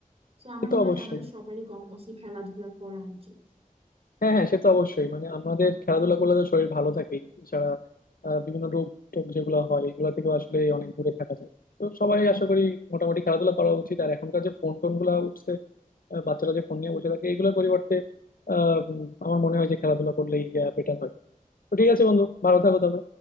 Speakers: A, on the right; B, on the left.
A: তো আমার
B: সে তো
A: মনে
B: অবশ্যই
A: হয় যে আমাদের সবারই কম বেশি খেলাধুলা করা উচিত
B: হ্যাঁ হ্যাঁ সে তো অবশ্যই মানে আমাদের খেলাধুলা করলে তো শরীর ভালো থাকেই এছাড়া আহ, বিভিন্ন রোগ টোগ যেগুলো হয় এগুলো থেকেও আসলে অনেক দূরে থাকা যায় তো সবাই আশা করি মোটামুটি খেলাধুলা করা উচিত আর এখনকার যে ফোন টোন গুলা উঠছে আহ, বাচ্চারা যে ফোন নিয়ে বসে থাকে এগুলোর পরিবর্তে আহ উম, আমার মনে হয় যে খেলাধুলা করলেই বেটার হয় তো ঠিক আছে বন্ধু ভালো থাকো তবে